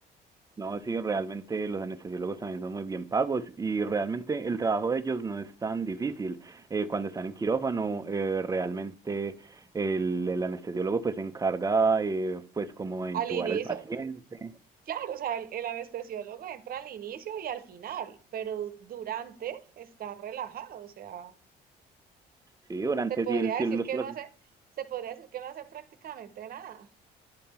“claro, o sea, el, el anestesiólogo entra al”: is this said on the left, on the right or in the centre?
Right